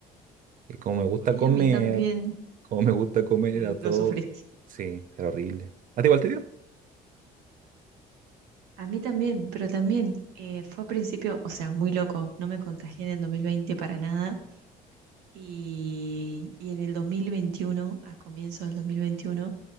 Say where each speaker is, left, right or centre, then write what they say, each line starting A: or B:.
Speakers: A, on the right (about 55°); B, on the right (about 85°).
A: Y como me gusta
B: Ay,
A: comer,
B: a mí también
A: como me gusta comer,
B: mm,
A: era todo.
B: lo sufrí.
A: Sí, era horrible. ¿A ti igual te dio?
B: A mí también, pero también eh, fue a principio, o sea, muy loco, no me contagié en el 2020 para nada y, y en el 2021, a comienzos del 2021,